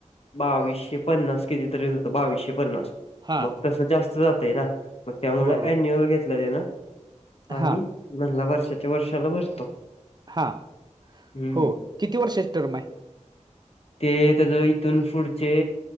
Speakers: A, on the left; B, on the right.
A: बावीशे पन्नास कितीतरी होत बावीशे पन्नास
B: हा
A: मग तस जास्त जातय ना मग त्यामुळे
B: बरोबर
A: अन्युअल घेतलं त्यान
B: हा
A: आणि म्हणला वर्षाच्या वर्षाला भरतो.
B: हा,
A: हम्म
B: हो किती वर्षाची टर्म आहे.
A: ते त्याच इथून पुढचे